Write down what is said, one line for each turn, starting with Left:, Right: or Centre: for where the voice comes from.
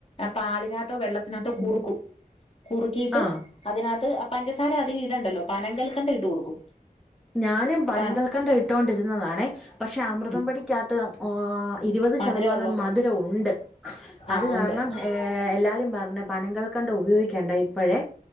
Left: പാലിനകത്തോ വെള്ളത്തിനകത്തോ കുറുക്കും കുറുക്കീട്ട്
Centre: ആഹ്
Left: അതിനകത്ത് പഞ്ചസാര അധികം ഇടണ്ടല്ലോ പനംങ്കൽക്കണ്ട ഇട്ട് കൊടുക്കും
Centre: ഞാനും പനം
Left: പ
Centre: കൾക്കണ്ട് ഇട്ടോ ണ്ടിരുന്നതാണെ പക്ഷെ അമൃതം പൊടിക്കാത്ത് ഇരുപത്
Left: മധുരം
Centre: ശതമാനം
Left: ഉള്ളോണ്ട്
Centre: മധുരം ഉണ്ട് അത്
Left: ആഹ്
Centre: കാരണം
Left: ഉണ്ട്
Centre: എല്ലാരും പറഞ്ഞ് പനംകൾക്കണ്ട് ഉപയോഗിക്കണ്ട ഇപ്പോഴെ